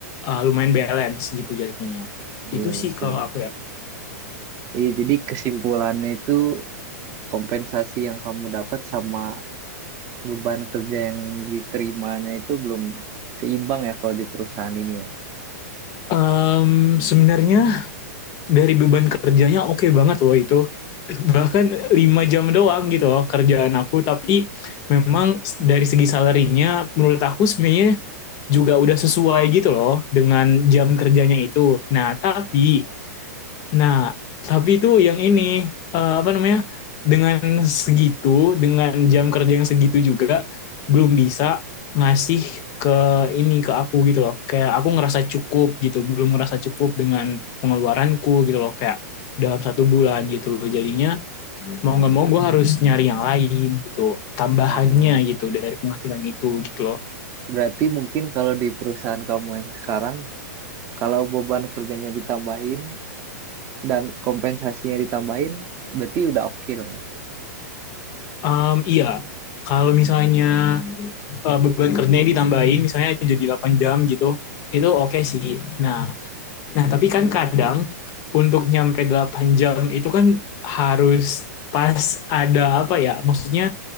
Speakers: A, on the left (about 35°); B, on the right (about 30°).
A: eh, lumayan balance gitu jatuhnya
B: Iya
A: itu
B: betul.
A: sih kalau aku ya
B: Iya, jadi kesimpulannya itu kompensasi yang kamu dapat sama beban kerja yang diterimanya itu belum seimbang ya kalau di perusahaan ini ya.
A: Em, sebenarnya dari beban kerjanya oke banget loh itu bahkan 5 jam doang gitu loh kerjaan aku tapi memang dari segi salarinya menurut aku sebenarnya juga udah sesuai gitu loh dengan jam kerjanya itu nah tapi Nah, tapi itu yang ini eh, apa namanya? Dengan segitu, dengan jam kerja yang segitu juga belum bisa ngasih ke ini ke aku gitu loh. Kayak aku ngerasa cukup gitu, belum ngerasa cukup dengan pengeluaranku gitu loh. Kayak dalam satu bulan gitu. Jadinya mau nggak mau gue harus nyari yang lain gitu, tambahannya
B: Oh,
A: gitu dari penghasilan itu gitu loh.
B: berarti mungkin kalau di perusahaan kamu yang sekarang, kalau beban kerjanya ditambahin dan kompensasinya ditambahin, berarti udah oke dong.
A: Em, iya, kalau misalnya eh, beban kerjanya ditambahin misalnya jadi 8 jam gitu itu oke okay sih nah nah tapi kan kadang untuk nyampe 8 jam itu kan harus pas ada apa ya maksudnya